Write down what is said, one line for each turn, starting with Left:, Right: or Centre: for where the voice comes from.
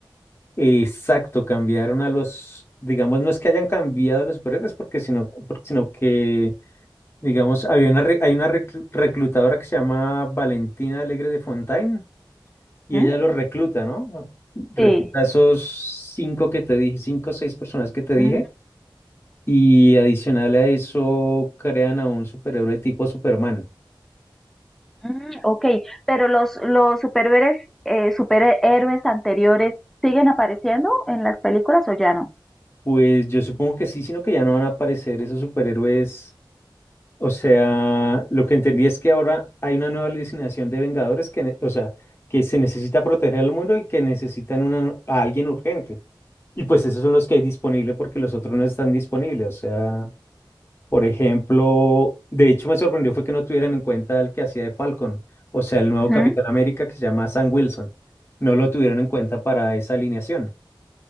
Left: exacto, cambiaron a los, digamos, no es que hayan cambiado a los superhéroes, porque sino, porque, sino que, digamos, había una, re- hay una reclu- reclutadora que se llama Valentina Alegre de Fontaine y
Centre: ¿Mm?
Left: ella los recluta, ¿no? Recluta
Centre: Sí.
Left: a esos cinco que te dije, cinco o seis personas que te dije.
Centre: Mm,
Left: Y adicional a eso, crean a un superhéroe tipo Superman.
Centre: mm, ok, pero los, los superhéroes, eh, superhéroes anteriores siguen apareciendo en las películas o ya no?
Left: Pues yo supongo que sí, sino que ya no van a aparecer esos superhéroes. O sea, lo que entendí es que ahora hay una nueva alucinación de Vengadores que, ne- o sea, que se necesita proteger al mundo y que necesitan una- a alguien urgente. Y pues esos son los que hay disponible porque los otros no están disponibles. O sea, Por ejemplo, de hecho me sorprendió fue que no tuvieran en cuenta el que hacía de Falcon, o sea, el nuevo
Centre: Ujú.
Left: Capitán América que se llama Sam Wilson. No lo tuvieron en cuenta para esa alineación.